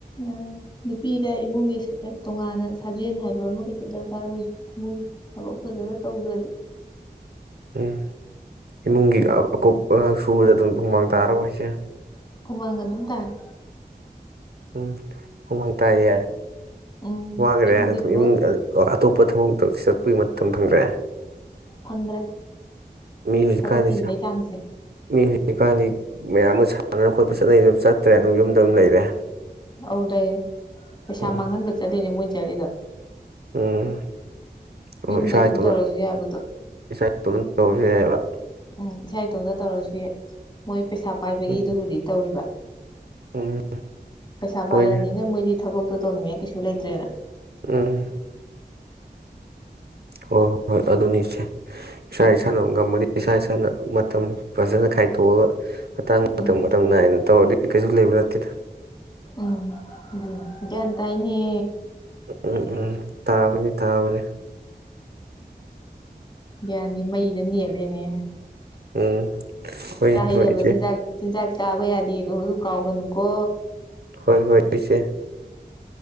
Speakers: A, on the left; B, on the right.
A: ꯑ ꯅꯨꯄꯤꯗ ꯏꯃꯨꯡꯒꯤ ꯇꯣꯉꯥꯟꯅ ꯁꯥꯖꯦꯜ ꯍꯥꯏꯕ ꯑꯃ ꯀꯩꯁꯨ ꯗꯔꯀꯥꯔ ꯑꯣꯏꯗꯦ ꯏꯃꯨꯡ ꯊꯕꯛ ꯐꯖꯅ ꯇꯧꯈ꯭ꯔꯗꯤ
B: ꯎꯝ ꯏꯃꯨꯡꯒꯤ ꯑꯀꯨꯞꯄ ꯁꯨꯕꯗ ꯑꯗꯨꯝ ꯍꯨꯃꯥꯡ ꯇꯥꯔꯔꯣꯏꯁꯦ
A: ꯍꯨꯃꯥꯡ ꯑꯗꯨꯝ ꯇꯥꯔꯦ
B: ꯎꯝ ꯍꯨꯃ ꯇꯔ
A: ꯎꯝ
B: ꯋꯥꯈꯔꯦ
A: ꯏꯃꯨꯡꯒꯤ
B: ꯑꯗꯨ
A: ꯊꯕꯛ
B: ꯏꯃꯨꯡ ꯑꯇꯣꯞꯄ ꯊꯕꯛꯇ ꯆꯠꯄꯩ ꯃꯇꯝ ꯐꯪꯗ꯭ꯔꯦ
A: ꯐꯪꯗ꯭ꯔꯦ
B: ꯃꯤ ꯍꯧꯖꯤꯀꯥꯟꯗꯤ
A: ꯊꯕꯛ ꯆꯤꯟꯕꯩ ꯆꯥꯡꯁꯦ
B: ꯃꯤ ꯍꯧꯖꯤꯀꯥꯟꯗꯤ ꯃꯌꯥꯝ ꯑꯃ ꯁꯥꯟꯅ ꯈꯣꯠꯄ ꯆꯠꯅꯩ ꯑꯗꯨꯝ ꯆꯠꯇ꯭ꯔꯦ ꯑꯗꯨꯝ ꯌꯨꯝꯗ ꯑꯗꯨꯝ ꯂꯩꯔꯦ
A: ꯑꯧ ꯂꯩꯔꯦ ꯄꯩꯁꯥ
B: ꯎꯝ
A: ꯃꯥꯡꯍꯟꯕ ꯆꯠꯂꯤꯅꯦ ꯃꯣꯏ ꯆꯗ <unintelligible>
B: ꯎꯝ ꯑꯣ
A: ꯌꯨꯝꯗ
B: ꯏꯁꯥ
A: ꯑꯗꯨꯝ
B: ꯏꯇꯣꯝꯇ
A: ꯇꯧꯔꯁꯨ ꯌꯥꯕꯗꯣ
B: ꯏꯁꯥ ꯏꯇꯣꯝꯇ ꯇꯧꯔꯁꯨ ꯌꯥꯌꯦꯕ
A: ꯎꯝ ꯏꯁꯥ ꯏꯇꯣꯝꯇ ꯇꯧꯔꯁꯨ ꯃꯣꯏ ꯄꯩꯁꯥ ꯄꯥꯏꯕꯒꯤꯗꯨꯕꯨꯗꯤ
B: ꯎꯝ
A: ꯇꯧꯔꯤꯕ
B: ꯎꯝ
A: ꯄꯩꯁꯥ
B: ꯍꯣꯏꯅꯦ
A: ꯄꯥꯏꯔꯝꯅꯤꯅ ꯃꯣꯏꯗꯤ ꯊꯕꯛꯇꯣ ꯇꯧꯅꯤꯡꯉꯥꯏ ꯀꯩꯁꯨ ꯂꯩꯇ꯭ꯔꯦꯅ
B: ꯎꯝ ꯍꯣ ꯍꯣ ꯍꯣꯏ ꯑꯗꯨꯅꯤ ꯏꯆꯦ ꯏꯁꯥ ꯏꯁꯥꯅ ꯉꯝꯃꯗꯤ ꯏꯁꯥ ꯏꯁꯥꯅ ꯃꯇꯝ ꯐꯖꯅ ꯈꯥꯏꯇꯣꯛꯑꯒ ꯃꯇꯥꯡ ꯃꯇꯝ
A: ꯎꯝ
B: ꯃꯇꯝ ꯅꯥꯏꯅ ꯇꯧꯔꯗꯤ ꯀꯩꯁꯨ ꯂꯩꯕ ꯅꯠ ꯀꯦꯗ
A: ꯎꯝ ꯗꯨꯅꯤ ꯒ꯭ꯌꯥꯟ ꯇꯥꯏꯅꯤ
B: ꯎꯝ ꯎꯝ ꯇꯥꯕꯅꯤ ꯇꯥꯕꯅꯤ
A: ꯒ꯭ꯌꯥꯟꯗꯤ ꯃꯩꯗ ꯅꯦꯂꯦꯅꯦ
B: ꯎꯝ ꯍꯣꯏ
A: ꯆꯥ ꯍꯩꯗꯕ
B: ꯍꯣꯏ ꯏꯆꯦ
A: ꯆꯤꯟꯖꯥꯛ ꯆꯤꯟꯖꯥꯛ ꯆꯥꯕ ꯌꯥꯗꯦꯗꯣ ꯑꯑꯣ ꯀꯥꯎꯒꯅꯨꯀꯣ
B: ꯍꯣꯏ ꯍꯣꯏ ꯏꯆꯦ